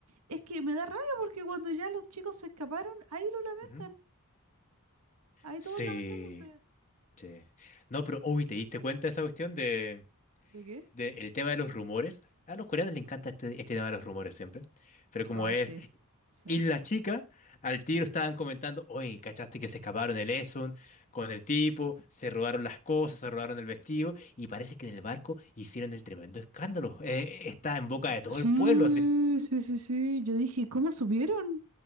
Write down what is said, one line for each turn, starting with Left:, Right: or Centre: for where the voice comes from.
Right: es que me da rabia porque cuando ya los chicos se escaparon, ahí lo lamentan,
Left: Ujú.
Right: ahí
Left: Sí,
Right: todos lamentándose.
Left: sí. No, pero, uy, ¿te diste cuenta de esa cuestión de...
Right: ¿De qué?
Left: de- el tema de los rumores. A los coreanos les encanta este, este tema de los rumores siempre. Pero como
Right: Ay,
Left: es
Right: sí, sí.
Left: Isla Chica, al tiro estaban comentando, oye, ¿cachaste que se escaparon el Esun con el tipo? Se robaron las cosas, se robaron el vestido y parece que en el barco hicieron el tremendo escándalo. Eh, está en boca de todo
Right: Sí,
Left: el pueblo así.
Right: sí, sí, sí. Yo dije, ¿cómo subieron?